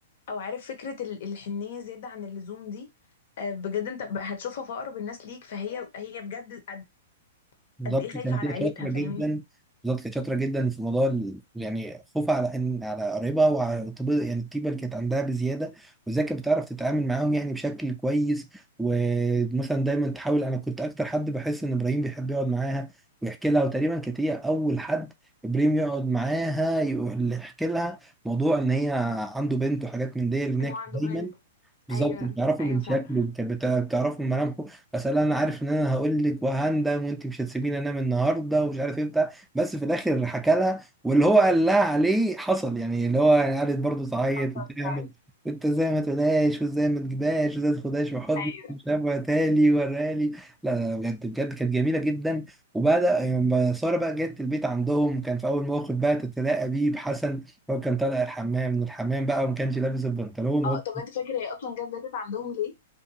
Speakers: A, on the left; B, in the centre.
A: او عارف فكره ال- الحنيه زياده عن اللزوم دي آه، بجد انت ب- هتشوفها في اقرب الناس ليك فهي هي بجد قد
B: بالظبط
A: قد ايه خايفه
B: كانت
A: على
B: هي
A: عيلتها
B: شاطره
A: فاهمني
B: جدا بالظبط كانت شاطره جدا في موضوع ال- يعني خوفها على ان على قرايبها وعلى الطب- يعني الطيبه اللي كانت عندها بزياده وازاي كانت بتعرف تتعامل معاهم يعني بشكل كويس ومثلا دايما تحاول انا كنت اكتر حد بحس ان ابراهيم بيحب يقعد معاها ويحكي لها وتقريبا كانت هي اول حد ابراهيم يقعد معاها يقول- يحكي لها موضوع ان هي عنده بنت وحاجات من دي لان
A: ان
B: هي
A: هو
B: كانت
A: عنده بنت
B: دايما بالظبط
A: ايوه
B: بتعرفوا
A: ايوه
B: من
A: فعلا
B: شكله بت- بت- بتعرفوا من ملامحه بس انا أنا عارف ان انا هقول لك وهندم وانت مش هتسيبيني انام النهارده ومش عارف ايه بتاع بس في الاخر حكى لها واللي هو قال لها عليه حصل يعني اللي هو يعني قعدت برضه تعيط
A: حصل
B: وتعمل
A: فعلا
B: انت ازاي ما تقولهاش وازاي ما تجيبهاش وازاي ما تاخدهاش في حضنك
A: ايوه
B: مش عارف وهاتها لي وراها لي لا لا بجد بجد كانت جميله جدا وبدا لما ساره بقى جت البيت عندهم كان في اول موقف بقى تتلاقى بيه بحسن هو كان طالع الحمام من الحمام بقى وما كانش لابس البنطلون
A: اه
B: وهو
A: طب انت فاكر هي اصلا جت باتت عندهم ليه؟